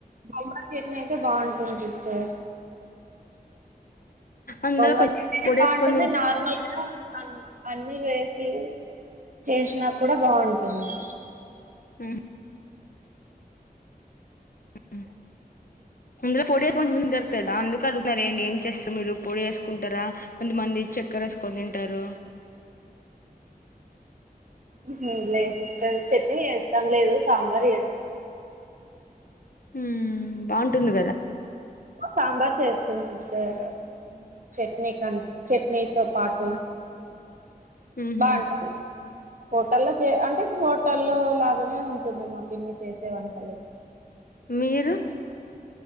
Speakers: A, on the right; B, on the left.
A: బొంబాయి చెట్ని అయితే బావుంటుంది సిస్టర్
B: అందులో
A: బొంబయి
B: కొంచెం పొడేసుకొని
A: బావుంటుంది నార్మల్ గా అ అన్ని వేసి చేసినా కూడా బాగుంటుంది
B: ఉమ్ అ అందులో పొడి కొంచంది జరుతుదా అందుకు అడుగుతున్నండి ఏం చేస్తారు మీరు పొడి వేసుకుంటారా కొంతమంది చె క్కర వేసుకొని తింటారు.
A: ఉ లేదు సిస్టర్ చట్నీ చేస్తాం లేదు సాంబార్ చేస్తాం.
B: హ బావుంటుంది కదా
A: సాంబార్ చేస్తాం సిస్టర్ చట్నీ కన్ చట్నీతో పాటు
B: ఆహ
A: బాగుంటది హోటల్లో చే అంటే హోటల్లో లాగానే ఉంటుంది మా పిన్ని చేసే వంటలు.
B: మీరు?